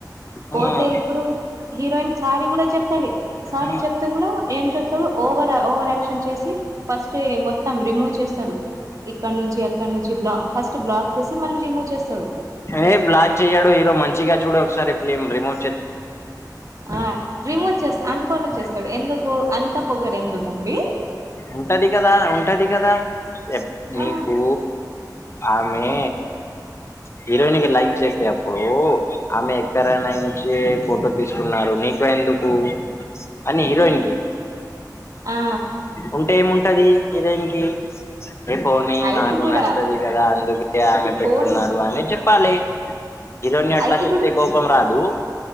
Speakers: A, on the right; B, on the left.
A: పోతే
B: ఉమ్
A: ఇప్పుడు హీరోయిన్ సారీ కూడా చెప్తాడు సారీ
B: ఉమ్
A: చెప్తే కూడా ఏం చెప్తాడు ఓవర్ ఓవర్ చేసి ఫస్ట్ మొత్తం రిమూవ్ చేస్తాడు ఇక్కడ నుంచి అక్కడ నుంచి బ్ ఫస్ట్ బ్లాక్ చేసి మళ్ళీ రిమూవ్ చేస్తాడు
B: ఏ్లాగ చెయ్యాడు హీరో మంచిగా చూడు ఒకసారి ఫలిమ్ రిమోట్
A: ఆ రిమూవ్ చేస్తా అన్ఫాలో
B: ఆ
A: చేస్తాడు ఎందుకు అంతా పొగడు ఎందుకు అండి
B: ఉంటది కదా ఉంటది కదా ఎ నీకు
A: ఆ
B: ఆమె హీరోయి లైక్ చేస్తే అప్పుడు ఆమె ఎక్కరానా నుంచి ఫోటో తీసుకున్నారు ందుకు అ హిరోయిన్కి
A: ఆ
B: ఉంటే ఏముంటది వరేమికి ఏ పోనీ
A: అయితే
B: నాకు
A: కూడా
B: నచ్చది కదా అందుకే
A: అయితే
B: ఆమె పెట్టుకున్నారు
A: పోనీ
B: అని చెప్ చెప్పాలె హీరోని అట్లా
A: అయితే
B: చెప్తే కోపం రాదు